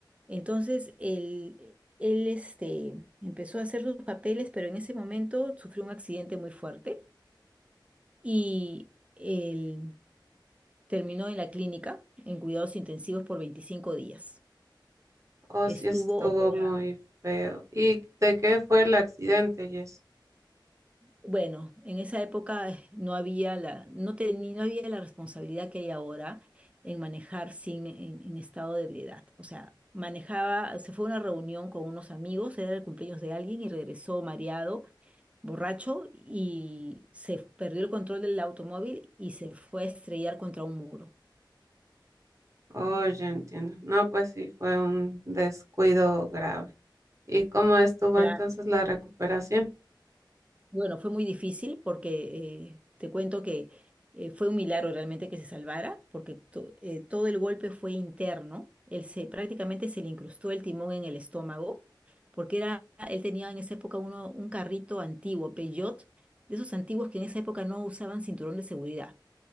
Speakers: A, on the right; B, on the right.
A: Entonces, él, él este, empezó a hacer sus papeles, pero en ese momento sufrió un accidente muy fuerte y él terminó en la clínica en cuidados intensivos por 25 días.
B: o
A: Estuvo
B: sí estuvo
A: operado.
B: muy feo. ¿Y de qué fue el accidente, Jess?
A: Bueno, en esa época eh, no había la, no tenía, no había la responsabilidad que hay ahora en manejar sin, en, en estado de ebriedad. O sea, manejaba, se fue a una reunión con unos amigos, era el cumpleaños de alguien y regresó mareado borracho y se perdió el control del automóvil y se fue a estrellar contra un muro.
B: Oh, ya entiendo. No, pues sí, fue un descuido grave. ¿Y cómo estuvo
A: Claro.
B: entonces la recuperación?
A: Bueno, fue muy difícil porque eh, te cuento que eh, fue un milagro realmente que se salvara porque to- eh, todo el golpe fue interno. Él se prácticamente se le incrustó el timón en el estómago porque era, él tenía en esa época uno, un carrito antiguo, Peugeot, de esos antiguos que en esa época no usaban cinturón de seguridad.